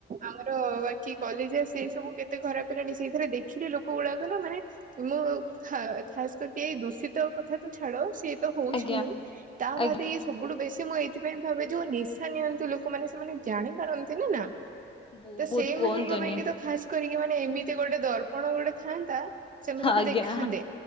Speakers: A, on the right; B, on the left.
A: ଆଉ ବାକି କଲିଜା ସେଇ ସବୁ କେତେ ଖରାପ ହେଲାଣି ସେଇଥିରେ ଦେଖିଲି ଲୋକ ଗୁଡାକ ନା ମାନେ ମୁଁ ଖ ଖାସ୍ କରିକି ଏଇ ଦୂଷିତ କଥା ତ ଛାଡ। ସିଏ ତ ହଉଛି
B: ଆଜ୍ଞା
A: ହିଁ ତା
B: ଆଜ୍ଞା।
A: ବାଦେ ଇଏ ସବୁଠୁ ବେଶୀ ମୁଁ ଏଇଥିପାଇଁ ଭାବେ ଯୋଉ ନି ନିଅନ୍ତୁ ଲୋକମାନେ ସେମାନେ ଜାଣିପାରନ୍ତି ନି ନା
B: ବହୁତ
A: ତ ସେଇମାନଙ୍କ
B: କୁହନ୍ତୁନି
A: ପାଇଁ କି ତ ଖାସ୍ କରିକି ମାନେ ଏମିତି ଗୋଟେ ଦର୍ପଣ ଗୋଟେ ଥାଆନ୍ତା। ସେମାନଙ୍କୁ
B: ଆଜ୍ଞା
A: ଦେଖାନ୍ତେ